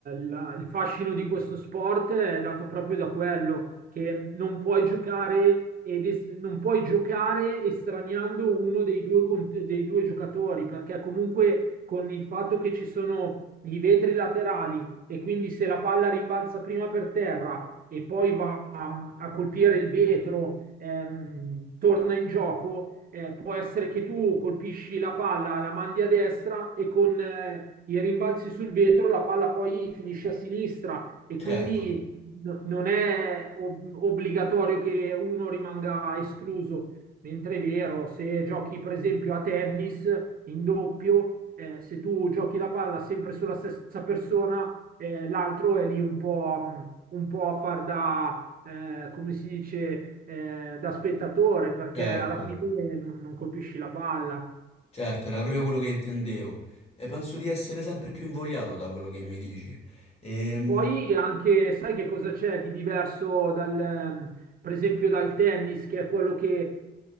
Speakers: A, on the right; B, on the left.
A: la- il fascino di questo sport è dato proprio da quello, che non puoi giocare, ed es- non puoi giocare estraniando uno dei due, cont- dei due giocatori, perché comunque con il fatto che ci sono i vetri laterali e quindi se la palla rimbalza prima per terra e poi va a, a colpire il vetro ehm, torna in gioco, eh, può essere che tu colpisci la palla, la mandi a destra e con eh, i rimbalzi sul vetro la palla poi finisce a sinistra e quindi
B: Certo,
A: no- non è ob- obbligatorio che uno rimanga escluso. Mentre è vero, se giochi per esempio a tennis in doppio, eh, se tu giochi la palla sempre sulla stessa persona, eh, l'altro è lì un po', mh, un po' a far da eh, come si dice, eh, da spettatore, perché
B: certo,
A: alla fine non, non colpisci la palla.
B: certo, era proprio quello che intendevo. E penso di essere sempre più invogliato da quello che mi dici. Ehm,
A: Poi anche, sai che cosa c'è di diverso dal, ehm, per esempio dal tennis, che è quello che